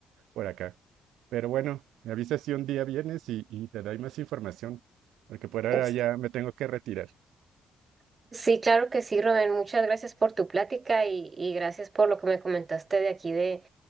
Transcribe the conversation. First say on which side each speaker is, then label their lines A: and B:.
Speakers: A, on the right; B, on the right.
A: por acá. Pero bueno, me avisas si un día vienes y, y te doy más información, porque por ahora
B: Es-
A: ya me tengo que retirar.
B: Sí, claro que sí, Rubén, muchas gracias por tu plática y, y gracias por lo que me comentaste de aquí de